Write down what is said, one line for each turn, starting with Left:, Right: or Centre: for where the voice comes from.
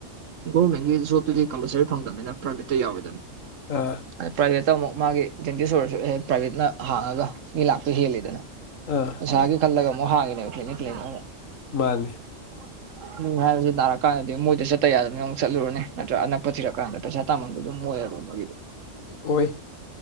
Right: ꯒꯣꯕꯔꯃꯦꯟꯒꯤ ꯖꯣꯕꯇꯨꯗꯤ ꯀꯝꯄꯜꯁꯔꯤ ꯐꯪꯗꯝꯕꯅꯤꯅ ꯄ꯭ꯔꯥꯏꯚꯦꯠꯇ ꯌꯥꯎꯋꯦꯗꯅ
Left: ꯑ
Right: ꯑꯗ ꯄ꯭ꯔꯥꯏꯚꯦꯠꯇ ꯑꯃꯨꯛ ꯃꯥꯒꯤ ꯗꯦꯟꯇꯤꯁ ꯑꯣꯏꯔꯁꯨ ꯑꯦꯍꯦ ꯄ꯭ꯔꯥꯏꯚꯦꯠꯅ ꯍꯥꯡꯉꯒ ꯃꯤ ꯂꯥꯛꯄ ꯍꯦꯜꯂꯤꯗꯅ
Left: ꯑꯥ
Right: ꯄꯩꯁꯥꯒꯤ ꯈꯜꯂꯒ ꯑꯃꯨꯛ ꯍꯥꯡꯉꯤꯅꯦꯕ ꯀ꯭ꯂꯤꯅꯤꯛ ꯀ꯭ꯂꯤꯅꯤꯛ ꯑꯃꯨꯛ
Left: ꯃꯥꯅꯤ
Right: <inaudible> <unintelligible> ꯍꯥꯏꯕꯁꯨ ꯅꯥꯔꯛ ꯀꯥꯟꯗꯗꯤ ꯃꯣꯏꯗ ꯆꯠꯇ ꯌꯥꯗꯕꯅꯤꯅ ꯑꯃꯨꯛ ꯆꯠꯂꯨꯔꯅꯤ ꯅꯠꯇ꯭ꯔꯥ ꯑꯅꯛꯄ ꯊꯤꯔꯛ ꯀꯥꯟꯗ ꯄꯩꯁꯥ ꯇꯥꯃꯝꯗꯨ ꯑꯗꯨꯝ ꯑꫭꯏꯑꯕ ꯃꯣꯏꯒꯤꯗꯤ
Left: ꯑꫭꯏ